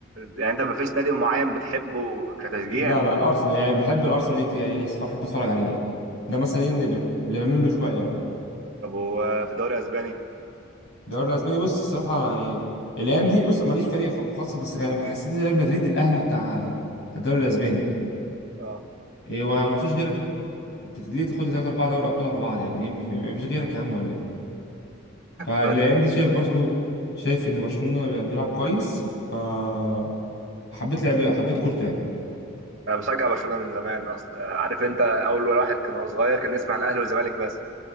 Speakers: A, on the right; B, on the left.
A: يعني انت مفيش نادي معين بتحبه كتشجيع
B: لا لا الارسنال يعني بحب الارسنال كتير، يعني بحب اتفرج عليه يعني ده مثلا ايه اللي ب... اللي بميل له شويه يعني
A: طب هو في الدوري الاسباني
B: الدوري الاسباني بص الصراحه يعني الايام دي بص ماليش فريق خ- مخصص بس كان حسيت ان ريال مدريد الاهلي بتاع الدوري الاسباني
A: اه
B: ايه ومفيش غيرك انت ليه تاخد لي 3 4 دوري ابطال ورا بعض يعني ليه مف- مفيش غيرك يا عم ولا ايه فالايام
A: بس
B: دي شايف برضو شايف ان برشلونه بيلعب كويس آه حبيت لعب حبيت كورته يعني
A: انا بشجع برشلونه من زمان اصلا عارف انت اول واحد كان هو صغير كان يسمع عن الاهلي والزمالك بس